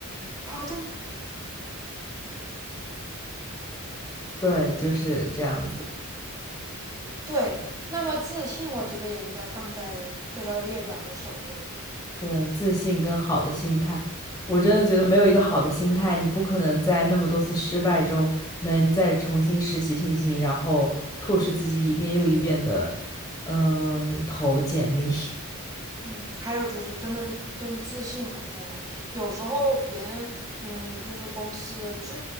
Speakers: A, on the right; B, on the left.
A: p a r
B: 对，就是这样子。
A: 对，那么自信我觉得也应该放在这个列表的首位。
B: 对，自信跟好的心态，我真的觉得没有一个好的心态，你不可能在那么多次失败中能再重新拾起信心，然后 push 自己一遍又一遍的，嗯，投简历，
A: 嗯，还有就是，真的是真自信很重要。有时候别人，嗯，就是公司拒